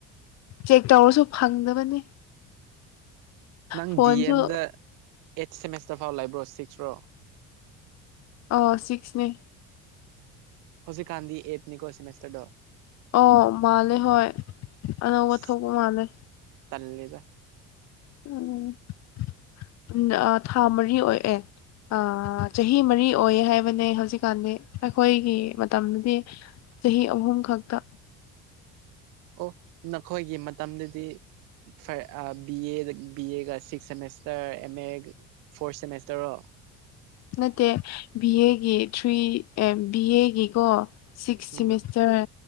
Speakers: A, on the left (about 55°); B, on the right (about 80°).
A: ꯆꯦꯛ ꯇꯧꯔꯁꯨ ꯐꯪꯗꯕꯅꯤ
B: ꯅꯪ
A: ꯐꯣꯟꯁꯨ
B: ꯗꯤ ꯑꯦꯝꯗ ꯑꯩꯠ ꯁꯦꯃꯦꯁꯇꯔ ꯐꯥꯎ ꯂꯩꯕ꯭ꯔꯣ ꯁꯤꯛꯁꯔꯣ
A: ꯑ ꯁꯤꯛꯁꯅꯦ
B: ꯍꯧꯖꯤꯛꯀꯥꯟꯗꯤ ꯑꯦꯠꯅꯤꯀꯣ ꯁꯤꯃꯤꯁꯇꯔꯗꯣ
A: ꯑꯣ ꯃꯥꯜꯂꯦ ꯍꯣꯏ ꯑꯅꯧꯕ
B: ꯑꯁ
A: ꯊꯣꯛꯄ ꯃꯥꯜꯂꯦ
B: ꯇꯜꯂꯦꯗ
A: ꯎꯝ ꯑ ꯊꯥ ꯃꯔꯤ ꯑꯣꯏꯑꯦ ꯑ ꯆꯍꯤ ꯃꯔꯤ ꯑꯣꯏꯌꯦ ꯍꯥꯏꯕꯅꯦ ꯍꯧꯖꯤꯛꯀꯥꯟꯗꯤ ꯑꯩꯈꯣꯏꯒꯤ ꯃꯇꯝꯗꯗꯤ ꯆꯍꯤ ꯑꯍꯨꯝ ꯈꯛꯇ
B: <inaudible> ꯑꯣ ꯅꯈꯣꯏꯒꯤ ꯃꯇꯝꯗꯗꯤ ꯐꯔ ꯑ ꯕꯤ ꯑꯦ ꯗꯒꯤ ꯕꯤ ꯑꯦꯒ six semester M A four ꯁꯦꯃꯦꯁꯇꯔꯔꯣ <inaudible>
A: ꯅꯠꯇꯦ ꯕꯤ ꯑꯦꯒꯤ ꯊ꯭ꯔꯤ ꯑ ꯕꯤ ꯑꯦꯒꯤꯀꯣ ꯁꯤꯛꯁ ꯁꯤꯃꯤꯁꯇꯔ
B: ꯎꯝ